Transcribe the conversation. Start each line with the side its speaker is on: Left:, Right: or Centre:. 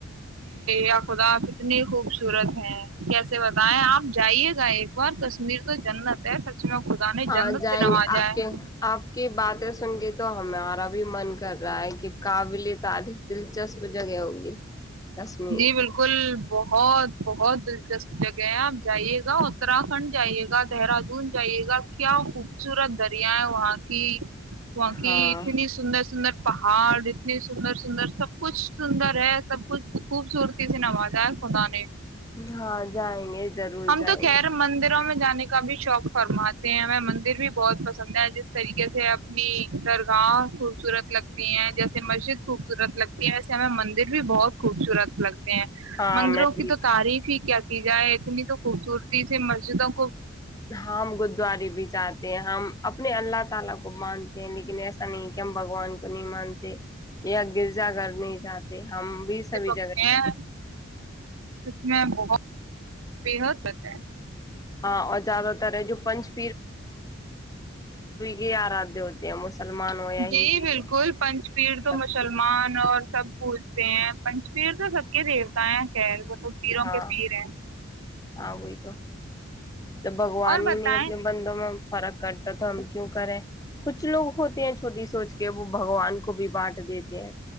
Right: یا خدا کتنی خوبصورت ہے کیسے بتائیں آپ جائیے گا ایک کشمیر تو جنت ہے میں خدا نے
Left: ہاں
Right: جنت
Left: جائیں
Right: سے نوازا
Left: گے آپ
Right: ہے
Left: کے آپ کی باتیں سن کے تو ہمارا بھی من کر رہا ہے کہ قابل تاریف دل دلچسپور جگہ ہوگی کشمیر
Right: جی بالکل بہت بہت دلچسپ جگہ ہے آپ جائیے گا اتراک کھنڈ جائیے گا دہرادون جائیے گا کیا خوبصورت دریا ہے وہاں کی بق
Left: ہاں
Right: اتنی سندر سندر پہاڑ اتنے سندر سندر سب سب کچھ سندر ہے سب کچھ خوبصورتی سے نوازا ہے خدا نے
Left: ہاں جائیں گے ضرور
Right: ہم
Left: جائیں
Right: تو خیر
Left: گے
Right: مندروں میں جانے کا بھی شوق فرماتے ہیں ہمیں مندر بھی بہت پسند ہے جس طریقے سے اپنی درگاہ خوبصورت لگتی ہیں جیسے مسجد خوبصورت لگتی یہ ویسے ہمیں مندر بھی بہت خوبصورت لگتا ہے
Left: ہاں
Right: مندروں
Left: میں
Right: کی
Left: بھی
Right: تو تعریف ہی کیا کی جائے اتنی تو خوبصورتی سے مسجدوں کو
Left: ہم ہم گرودوارے بھی جاتے ہیں ہم اپنے اللہ تعالی کو مانتے ہیں لیکن ایسا نہیں کہ ہم بھگوان کو نہیں مانتے یا گرجا گھر نہیں جاتے ہم بھی سبھی
Right: بخشے
Left: جگہ
Right: ہیں
Left: جائ
Right: اس میں بہت بےحد بت ہے
Left: ہاں اور زیادہ تر ہے جو پنچ یہ آر آ د ہو یا ہندو
Right: جی بالکل
Left: ہو
Right: پنچ پیڑھ تو
Left: سب
Right: مسلمان
Left: کے۔
Right: اور سب پوھتے ہیں پنچ پیر تو سب کے دیو تاائیا کہ ہے وہ تو پیروں
Left: ہاں
Right: کے پیر ہیں
Left: ہاں وہئی تو تو بگوانی
Right: اور بتائیں
Left: ہی نے اپنے بندوں میں فرق کرتا تو ہم کیوں کریں کچھ لوگ ہوتے ہیں چھوٹی سوچ کے وہ بگوان کو بھی بانٹ دیتے ہیں